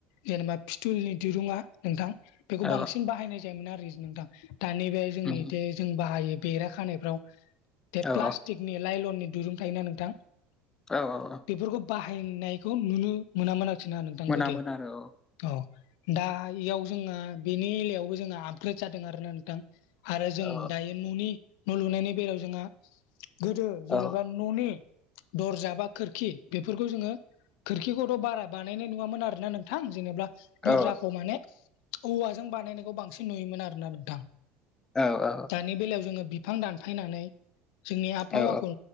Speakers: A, on the left; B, on the left.
A: जेनेबा फिथुलनि दिरुंङा नोंथां। बेखौ
B: औ
A: बांसिन बाहायनाय जायोमोन आरोख नोंथां दानि बे जोंनिदि
B: उम
A: जों बाहायो। बेरा खानायफ्राव बे
B: औ
A: प्लास्टिकनि
B: औ
A: लाइलननि दिरुं थायोना नोंथां।
B: औ औ औ।
A: बेफोरखौ बाहायनायखौ नुनो मोनामोन आरोखि ना नोंथां
B: मोना
A: गोदो।
B: मोना आरो
A: औ दा इयाव जोंना बेनि एलायावबो जोंहा आपग्रेड जादों आरोना नोंथां। आरो जों
B: औ
A: दायो न'नि न' लुनायनि बेलायाव जोंहा गोदो जेनेबा
B: औ
A: न'नि दरजा बा खोरखि बेफोरखौ जोङो खोरखिखौथ' बारा बानायनाय नङामोन आरोना नोंथां। जेनेबा दरजाखौ
B: औ
A: माने औवाजों बानायनायखौ बांसिन नुयोमोन आरोना नोंथां।
B: औ औ
A: दानि बेलायाव जोङो बिफां दानफायनानै जोंनि आबहावाखौ
B: औ